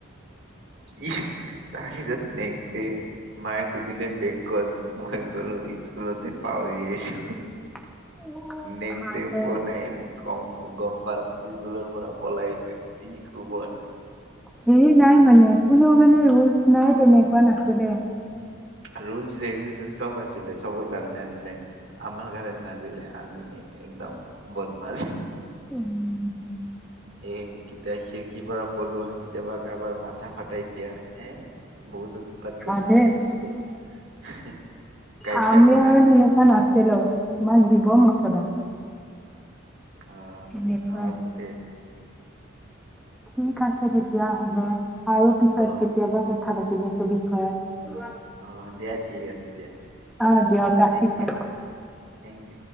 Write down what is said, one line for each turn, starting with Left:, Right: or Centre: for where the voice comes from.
Right: কি তাৰপিছত নেক্স দে মায়ে সুধিলে বেগ ক'ত মই কলো স্কুলতে পাহৰি আহিছো।
Centre: <unintelligible>
Right: নেক্সট ডে ফোন আহিল কম গম পাল স্কুলৰ পৰা পলাইছো যি কুবন।
Centre: সেয়ে নাই মানে কোনো মানে নাই তেনেকুৱা নাছিলে।
Right: ৰুলছ ৰেগুলচন সব আছিলে। চবৰ কাৰণে আছিলে আমাৰ কাৰণে নাছিলে আমি একদম বদমাছ।
Centre: উম,
Right: এ, কেতিয়া খিৰিকীৰ পৰা পলোৱা কেতিয়াবা কাৰোবাৰ মাথা ফাটাই দিয়া হে বহুত উৎপাত
Centre: ভালে
Right: কৰিছিলোঁ আমি স্কুলত। <inaudible> কাজিয়া
Centre: আমি
Right: কৰা।
Centre: আৰু তেনেকুৱা নাছিলো আমাক দিব এনেকুৱা মছলা।
Right: অহ
Centre: এনেকুৱা।
Right: আমাৰতো ধেৰ
Centre: ঠিক আছে তেতিয়া হ'লে আৰু পিছত
Right: অহ
Centre: কেতিয়াবা কথা পাতি বিষয়ত
Right: অহ দিয়া ঠিক আছে দিয়া
Centre: অ' দিয়ক ৰাখিছোঁ।
Right: Thank U থেংক ইউ।